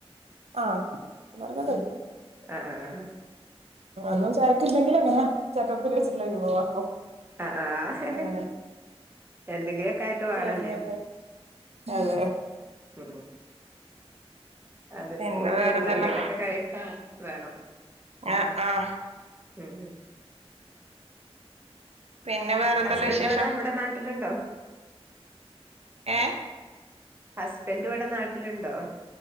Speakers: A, on the right; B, on the right.
A: ആന്നറിഞ കഴിക്കും
B: അ അ ആ ഹ
A: അതും ചായക്കില്ലെങ്കിൽ ങ്ങനാ ചക്കക്കുരു വെച്ട്ടുള്ള വിഭവാക്കും
B: അ ആ ഹ്.
A: അങ്ങനെ
B: എന്തെങ്കിലുക്കെ ആയിട്ട് വേണല്ലേ
A: പിന്നെ അതെ
B: അ ആ അതെ
A: പിന്നെ
B: സ്കൂട്ട്
A: വേറെന്തല്ലാ
B: വരുമ്പോ എന്തേലൊക്കെ കഴിക്കാ വേണം
A: ആ ഹാഹ്
B: ഉം
A: പിന്നെ വേറെന്തല്ലാ
B: ഹസ്ബൻഡോടെ
A: വിശേഷം
B: ഇവിടെ നാട്ടിലുണ്ടോ
A: ഏഹ്
B: ഹസ്ബൻഡ് ഇവിടെ നാട്ടിലുണ്ടോ